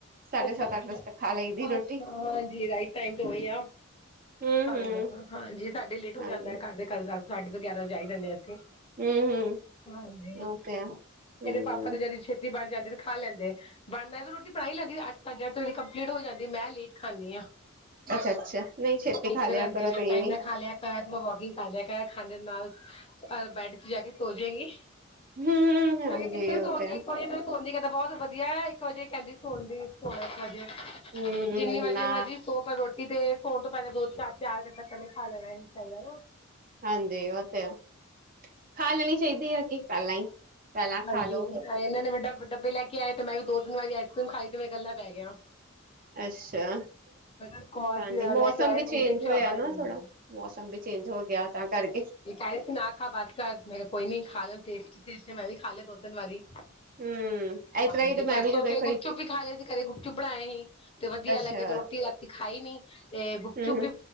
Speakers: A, on the right; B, on the left.
A: ਸਾਢੇ
B: ਅੱਛਾ
A: ਸੱਤ
B: ਅੱਛਾ,
A: ਅੱਠ ਵਜੇ ਤੱਕ ਖਾ ਲਈ ਦੀ ਰੋਟੀ
B: ਅੱਛਾ ਹਾਂਜੀ ਰਾਈਟ ਟਾਈਮ ਤੇ ਹੀ ਗਿਆ,
A: ਹਮ
B: ਖਾਣ
A: ਹਮ
B: ਦਾ ਹਾਂਜੀ ਸਾਡੇ ਲੇਟ ਹੋ
A: ਹਾਂਜੀ
B: ਜਾਂਦਾ ਆ ਘਰ ਦੇ ਕਰ ਦੱਸ -ਸਾਢੇ ਕੁ ਗਿਆਰਾਂ ਵਜਾਈ ਦਿੰਦੇ ਆ। ਅਸੀ,
A: ਹਮ ਹਮ
B: ਹਾਂਜੀ,
A: ਉਹ ਤੇ ਆ ਹਮ
B: ਇਹਦੇ ਪਾਪਾ ਤੇ ਜਲਦੀ ਛੇਤੀ ਬਣ ਜਾਂਦੇ ਤੇ ਖਾ ਲੈਂਦੇ, ਮੈਂ ਵੀ ਰੋਟੀ ਬਣਾਈ ਲੈਂਦੀ ਅੱਠ -ਸਾਡੇ ਅੱਠ ਵਜੇ ਕੰਪਲੀਟ ਹੋ ਜਾਂਦੀ ਮੈਂ ਲੇਟ ਖਾਂਦੀਆਂ,
A: ਅੱਛਾ-ਅੱਛਾ ਨਹੀਂ ਛੇਤੀ
B: ਚੀਕਦੇ
A: ਖਾ ਲਿਆ
B: ਰਹਿੰਦੇ
A: ਕਰੋ
B: ਐ
A: ਤੁਸੀਂ
B: ਟਾਈਮ
A: ਵੀ
B: ਨਾ ਖਾ ਲਿਆ ਕਰ ਵੋਕਿੰਗ ਕਰ ਲਿਆ ਕਰ, ਖਾਂਦੇ ਨਾਲ ਬੈਡ ਚ ਜਾ ਕੇ ਸੋਜੇਗੀ।
A: ਹੂੰ ਹਾਂਜੀ
B: ਮੈ ਕਿਆ ਕਿੱਥੇ
A: ਉਹ
B: ਸੋਵਾਗੀ
A: ਤੇ ਹੈ।
B: ਇੱਕ ਵਜੇ ਤੱਕ ਸੋਨਦੀ ਕਹਿੰਦਾ ਬਹੁਤ ਵਧੀਆ ਇਕ ਵਜੇ ਕਹਿੰਦੀ ਸੋਣ ਦੀ ਸੋਨਾ ਇੱਕ ਵਜੇ।
A: ਹੂੰ
B: ਜਿੰਨੀ ਵਜੇ
A: ਨਾ
B: ਮਰਜੀ਼ ਸੋ ਪਰ ਰੋਟ ਕਿਤੇ ਸੋਣ ਤੋਂ ਪਹਿਲਾਂ ਦੋ, ਚਾਰ- ਚਾਰ ਘੰਟਾ ਪਹਿਲਾਂ ਖਾ ਲੈਣਾ ਹੀ ਚਾਹੀਦਾ।
A: ਹਾਂਜੀ, ਉਹ ਤੇ ਐ, ਖਾ ਲੈਣੀ ਚਾਹੀਦੀ ਹੈ ਕਿ ਪਹਿਲਾਂ ਈ ਪਹਿਲਾਂ
B: ਹਾਂਜੀ
A: ਖਾ ਲੋੋ ਫੇਰ
B: ਇਹਨਾਂ ਨੇ ਵੱਡਾ- ਵੱਡਾ ਡੱਬੇ ਲੈ ਕੇ ਆਏ, ਤੇ ਮੈਂ ਵੀ ਦੋ- ਤਿੰਨ ਵਾਰੀ ਆਈਸ ਕਰ੍ਰਮ ਖਾਈ ਤੇ ਮੈਂ ਗਲਾ ਬੈਗਿਆ ਹੁਣ।
A: ਅੱਛਾ,
B: ਸਕੋਚ
A: ਹਾਂਜੀ ਮੌਸਮ
B: ਲੈ ਕੇ ਆਏ
A: ਵੀ
B: ਸੀ
A: ਚੇਂਜ
B: ਤੇ
A: ਹੋਇਆ
B: ਹਾਂਜੀ।
A: ਨਾ ਥੋੜਾ ਮੌਸਮ ਵੀ ਚੇਂਜ ਹੋ ਗਿਆ। ਤਾਂ ਕਰਕੇ
B: ਏ ਕਹਿ ਰਹੇ ਸੀ ਨਾ ਖਾ ਬਸ ਕਰ ਮੈਂ ਕਿਹਾ ਕੋਈ ਨੀ ਖਾ ਲੈਣਾ ਟੇਸਟੀ -ਟੇਸਟੀ ਮੈਂ ਵੀ ਖਾ ਲਿਆ ਦੋ- ਤਿੰਨ ਵਾਰੀ।
A: ਹੂੰ ਇਸ
B: ਹਾਂਜੀ
A: ਤਰ੍ਹਾਂ ਹੀ ਤੇ ਮੈਂ
B: ਪਰਸੋਂ
A: ਵੀ ਜਦੋਂ
B: ਫੇਰ
A: ਇੱਕ
B: ਗੁਪ
A: ਵਾਰੀ
B: ਚੁੱਪ ਵੀ ਖਾ ਲਿਆ ਅ ਸੀ ਘਰੇ ਗੁਪਚੂ ਬਣਾਏ ਸੀ। ਤੇ ਵਧੀਆ
A: ਅੱਛਾ
B: ਲੱਗੇਿਆ ਤੇ ਰੋਟੀ ਰਾਤੀ ਖਾਈ ਨੀ ਤੇ ਗੁਪਚੁਪ
A: ਹੂੰ-ਹੂੰ
B: ਵੀ